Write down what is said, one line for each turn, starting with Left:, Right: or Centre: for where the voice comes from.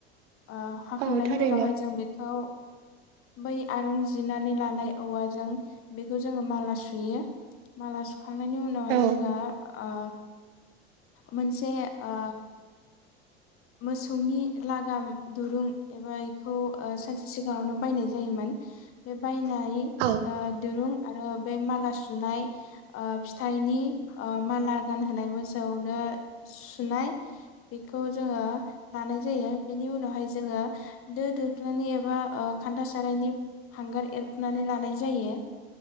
Left: ओ हाखांनायनि
Right: औ थारैनो
Left: उनावहाय जों बेखौ बै आरं जिनानै लानाय औवाजों बेखौ जोङो माला सुयो माला खांनायनि उनावहाय
Right: औ
Left: जोङो ओ मोनसे ओ मोसौनि लागाम दुरुं एबा बेखौ ओ सानसे सिगाङावनो बायनाय जायोमोन बे बायनाय
Right: औ
Left: ओ दुरुं आरो बे माला सुनाय ओ फिथाइनि माला गानहोनाय मोसौनो सुनाय बेखौ जोङो लानाय जायो बेनि उनावहाय जोङो दो दोख्ल्लानि एबा ओ खान्था सारनि हांगार एरखनानै लानाय जायो